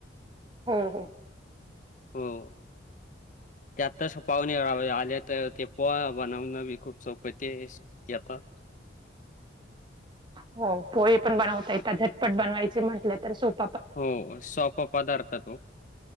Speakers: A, on the right; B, on the left.
A: हम हम.
B: हो. त्यातस पाहुणे आले तर ते पोहा बनवणंी खूप सोपं ते येतात.
A: हो पोहे पण बनवता येतात झटपट बन खायचं म्हटलं तर सोपं.
B: हो सोप पदार्थ तो